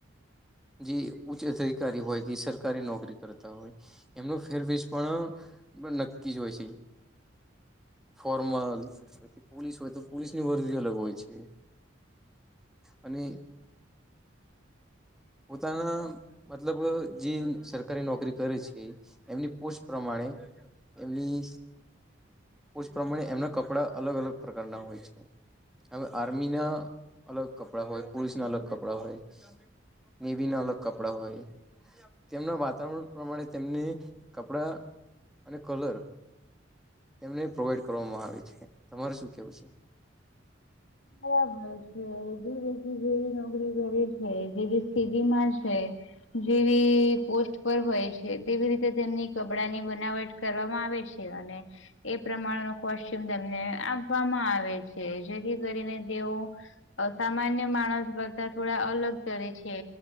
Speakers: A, in the centre; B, on the left (about 80°).
A: જે ઉચ્ચ અધિકારી હોય કે સરકારી નોકરી કરતા હોય એમનો ફેરબજ પણ બ નક્કી જ હોય છે ફોર્મલ પછી પોલીસ હોય તો પોલીસ ની ભરતી અલગ હોય છે અને પોતાના મતલબ જે સરકારી નોકરી કરે છે એમની પોસ્ટ પ્રમાણે એમની પ્રમાણે એમના કપડા અલગ અલગ પ્રકારના હોય છે હવે આર્મી ના અલગ કપડા હોય પોલીસ ના અલગ કપડાં હોય ને બી ના અલગ કપડાં હોય તેમના વાતાવરણ પ્રમાણે તેમને કપડા અને કલર તેમને પ્રોવાઈડ કરવામાં આવે છે તમારે શું કેવું છે
B: બરાબર છે જે રી જેવી નોકરી કરે છે જેવી સ્ેબી માં છે જેવી પોસ્ટ પર હોય છે તેવી રીતે તેમની કપડાંની બનાવટ કરવામાં આવે છે, અને એ પ્રમાણનો કોસ્ટચ્યુમ તેમને આપવામાં આવે છે, જેથી કરીને તેઓ, સામાન્ય માણસ કરતા થોડા અલગ તરે છે